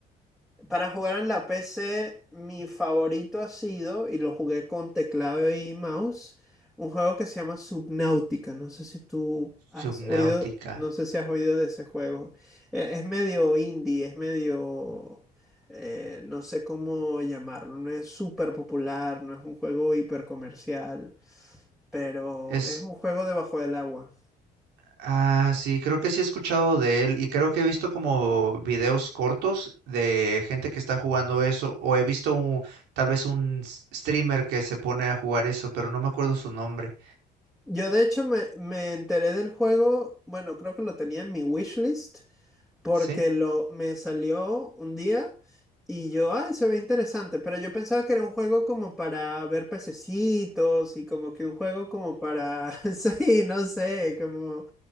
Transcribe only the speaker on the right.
Subnautica.
Es
Ah, sí, creo que sí he escuchado de él y creo que he visto como videos cortos de gente que está jugando eso o he visto un- tal vez un s- streamer que se pone a jugar eso, pero no me acuerdo su nombre.
¿Sí?